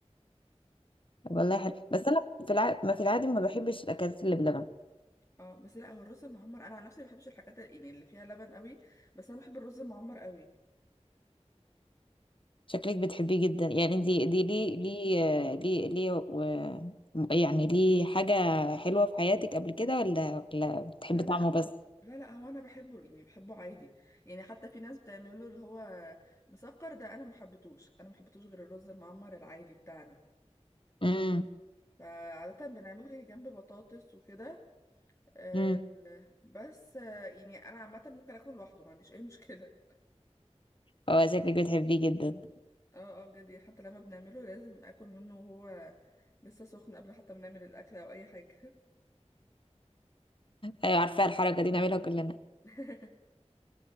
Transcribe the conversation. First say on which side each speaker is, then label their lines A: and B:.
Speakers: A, on the left; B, on the left.
A: والله حلو بس انا في الع... ما في العادي ما بحبش الاكلات اللي بلبن
B: اه بس لا هو الرز المعمر انا عن نفسي ما بحبش الحاجات ال- يعني اللي فيها لبن قوي بس انا بحب الرز المعمر قوي
A: شكلك بتحبيه جدا يعني دي دي ليه ليه ليه ليه و... يعني ليه حاجة حلوة في حياتك قبل كده ولا ولا بتحبي
B: لا
A: طعمه
B: لا هو-
A: بس
B: لا لا هو انا بحبه يعني بحبه عادي يعني حتى في ناس بتعمله اللي هو مسكر ده انا ما حبيتهوش انا ما حبيتهوش غير الرز المعمر العادي بتاعنا
A: امم
B: فعادة بنعمله يعني جنب بطاطس وكده آه،
A: امم
B: بس آه، يعني انا عامة ممكن اكله لوحده ما عنديش اي مشكلة
A: اه شكلك بتحبيه جدا
B: <laughs> اه اه بجد يعني حتى لما بنعمله لازم اكل منه وهو لسه سخن قبل حتى ما نعمل الاكل او اي حاجة
A: ايوه عارفة الحركة دي بنعملها كلنا
B: <laughs>